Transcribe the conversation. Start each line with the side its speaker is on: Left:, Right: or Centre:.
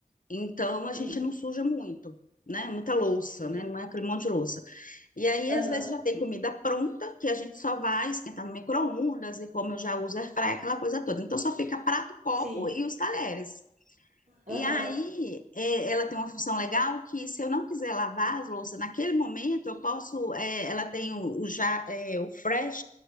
Left: Então a
Right: Hum,
Left: gente não suja muito. Né, muita louça,
Right: sim.
Left: né, não é aquele monte de louça. E aí,
Right: Aham,
Left: às vezes, já tem comida pronta, que a gente só vai esquentar no micro-ondas, e como eu já uso airfryer, aquela coisa toda. Então, só fica prato, copo
Right: sim.
Left: e os talheres.
Right: Aham,
Left: E aí, é, ela tem uma função legal que, se eu não quiser lavar as louças naquele momento, eu posso. é, ela tem o, o, já, é, o fresh,